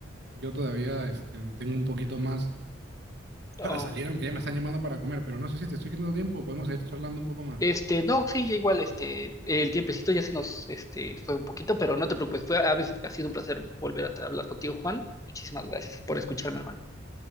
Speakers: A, on the right; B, on the left.
A: Yo todavía este, tengo un poquito más para
B: Oh.
A: salir, aunque ya me están llamando para comer, pero no sé si te estoy quitando tiempo o podemos seguir charlando un poco más.
B: Este, no, sí, ya igual, este, el tiempecito ya se nos, este, fue un poquito, pero no te preocupes, fue, ha, ha sido un placer volver a hablar contigo, Juan. Muchísimas gracias por escucharme, hermano.